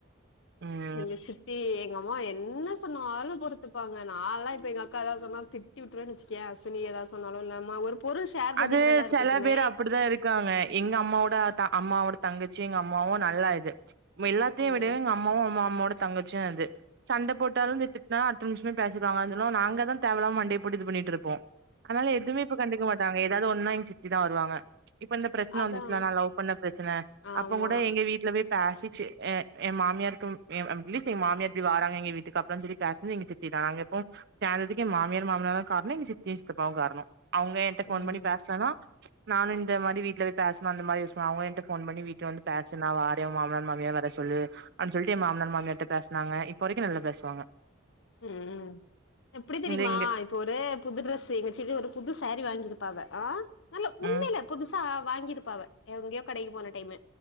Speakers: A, on the right (about 50°); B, on the left (about 60°).
A: ம்
B: எங்க சித்தி எங்க அம்மா என்ன சொன்னாலு பொறுத்துப்பாங்க நான்லா இப்ப எங்க அக்கா ஏதா சொன்னா தி திட்டி விட்டுருன்னு வெச்சிகியா அசனி ஏதாவது சொன்னாலு இல்லா அம்மா ஒரு பொருள் ஷேர்
A: அது
B: பண்ணிக்கிறதா இருக்கட்டுமே
A: செல பேர் அப்டிதா இருக்காங்க எங்க அம்மாவோட அம்மாவோட தங்கச்சி எங்க அம்மாவு நல்லா இது எல்லாத்தையு
B: ம்
A: விட எங்க அம் அம்மாவு அம்மா அமாவோட தங்கச்சுயு இது சண்டை போட்டாலு திட்டுனால அடுத்த நிமிஷமே பேசிவாங்க இருந்தாலு நாங்க தா தேவலாம மண்டையை போட்டு இது பண்ணிட்டு இருப்போ அதனால எதுவுமே இப்ப கண்டுக்க மாட்டாங்க ஏதாவது ஒண்ணுணா எங்க சித்தி தா வருவாங்க இப்ப இந்த பிரச்சனை
B: அதா
A: வந்துச்சுலா நா லவ் பண்ண பிரச்சன
B: ஆமா
A: அப்ப கூட எங்க வீட்ல போய் பேசிச்சு யே யே மாமியாருக்கு அட்லீஸ்டு மாமியார் இப்படி வாரங்க எங்க வீட்டுக்கு அப்புறனு சொல்லி பேச நாங்க இப்போ சேர்ந்ததுக்கு மாமியார் மாமானார் தா காரணம் எங்க சித்தி சித்தப்பாவு காரணம் அவங்க போன்
B: ம்
A: பண்ணி பேசலனா நானு இந்த மாரி வீட்ல போய பேசணு அந்த மாரிய அவங்கிட்ட போன் பண்ணி வீட்டு வந்து பேசால வாரே மாமிய மாமனாரு வர சொல்லு அப்டி சொல்லிட்டு என் மாமனார் மாமியார் கிட்ட பேசுனாங்க இப்போ வரைக்கு நல்லா பேசுவாங்க
B: ம் எப்படி தெரிமா
A: இந்த இங்க
B: இப்ப ஒரு புது ட்ரெஸ் எங்க சித்தி ஒரு புது சேரி வாங்கிருப்பாங்க ஆ நல்ல
A: ம்
B: உண்மையில புதுசா வாங்கிருப்பாவ எங்கயோ கடைக்கு போன டைமு